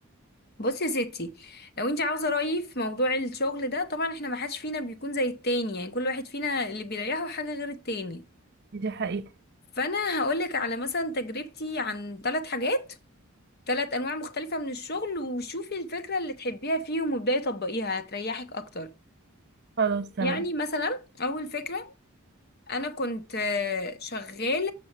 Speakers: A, on the left; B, on the right.
A: بصي يا ستي لو انت عاوزه رايي في موضوع الشغل ده طبعا احنا ما حدش فينا بيكون زي التاني يعني كل واحد فينا اللي بيريحه حاجه غير التاني
B: دي حقيقة
A: فانا هقولك على مثلا تجربتي عن ثلاث حاجات ثلاث انواع مختلفة من الشغل وشوفي الفكرة اللي تحبيها فيهم وابداي طبقيها هتريحك اكتر
B: خلاص تمام
A: يعني مثلا اول فكرة انا كنت آه، شغالة